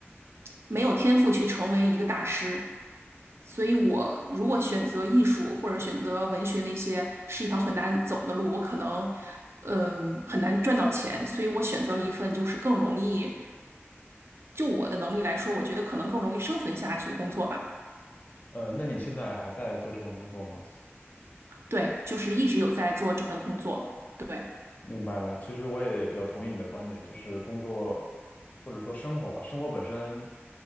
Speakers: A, on the right; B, on the left.
A: 没有天赋去成为一个大师。所以我如果选择艺术或者选择文学那些是一条很难走的路，我可能嗯很难赚到钱，所以我选择了一份就是更容易，就我的能力来说，我觉得可能更容易生存下去的工作吧。
B: 呃，那你现在还在做这份工作吗？
A: 对，就是一直有在做这份工作。对
B: 明白了，其实我也比较同意你的观点，就是工作或者说生活吧，生活本身